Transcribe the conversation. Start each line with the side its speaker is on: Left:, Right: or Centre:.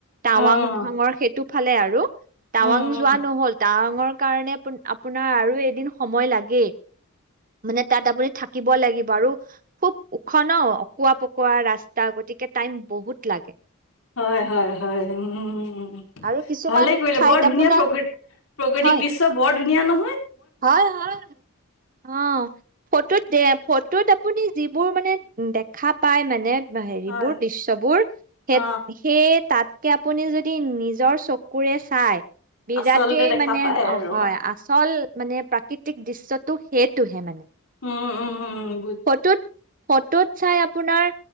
Right: টাৱাং
Left: উম
Right: ফাঙৰ খে টোফালে আৰু টাৱাং
Left: উম উম
Right: যোৱা নহ'ল তাং কাৰণে আপোনাৰ আৰু এদিন সময় লাগেই মানে তাত আপুনি থাকিব লাগিব আৰু খুব ওখ ন পোৱা পকোৱা ৰাস্তা গতিকে টাইম বহুত লাগে
Left: হয়, হয়, হয় উম,
Right: আৰু কিছুমান
Left: ভালে কৰিলে
Right: ঠাইত
Left: বৰ ধুনীয়া
Right: আপোনাৰ
Left: প্ৰকৃ- প্ৰকৃতিক
Right: হয়
Left: দৃশ্য বৰ ধুনীয়া ন'
Right: হয়, হয় অ', ফটোত দে ফটোত আপুনি যিবোৰ মানে দেখা পায় মানে হেৰিবোৰ
Left: হয়,
Right: দৃশ্ববোৰ সেই
Left: অ
Right: সেই তাত আপুনি যদি নিজৰ চকুৰে চাই বিৰাটেই
Left: আচলতে দেখা
Right: মানে
Left: পায় আৰু
Right: অ', হয় আচল মানে প্ৰাকৃতিক দৃশ্যটো সেইটোহে মানে।
Left: অ', অ', অ'।
Right: ফটোত, ফটোত চাই আপোনাৰ